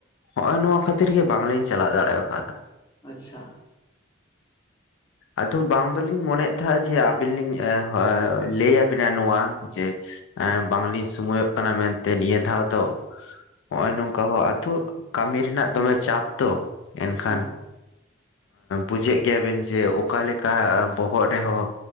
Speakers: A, on the left; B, on the left.
A: ᱦᱚᱜᱼᱚᱭ ᱱᱚᱣᱟ ᱠᱷᱟᱹᱛᱤᱨ ᱜᱮ ᱵᱟᱝᱞᱤᱧ ᱪᱟᱞᱟᱜ ᱫᱟᱲᱤ ᱠᱟᱫᱟ
B: ᱟᱪᱪᱷᱟ <inaudible>
A: ᱟᱫᱚ ᱵᱟᱝ ᱫᱚᱞᱤᱧ ᱢᱚᱱᱮᱭᱮᱫ ᱛᱟᱦᱮᱸᱫ ᱡᱮ ᱟᱵᱤᱱ ᱞᱤᱧ ᱞᱟᱹᱭ ᱟᱵᱤᱱᱟ ᱱᱚᱣᱟ ᱡᱮ ᱵᱟᱝᱞᱤᱧ ᱥᱳᱢᱚᱭᱚᱜ ᱠᱟᱱᱟ ᱢᱮᱱᱛᱮ ᱱᱤᱭᱟᱹ ᱫᱷᱟᱣ ᱫᱚ ᱱᱚᱜᱚᱭ ᱱᱚᱝᱠᱟ ᱦᱚᱸ ᱟᱛᱳ ᱠᱟᱹᱢᱤ ᱨᱮᱱᱟᱜ ᱫᱚᱢᱮ ᱪᱟᱯ ᱛᱚ ᱮᱱᱠᱷᱟᱱ
B: ᱦᱚᱸ
A: ᱵᱩᱡᱷᱟᱹᱜ ᱜᱮᱭᱟ ᱵᱮᱱ ᱡᱮ ᱚᱠᱟᱞᱮᱠᱟ ᱵᱚᱦᱚᱜ ᱨᱮᱦᱚᱸ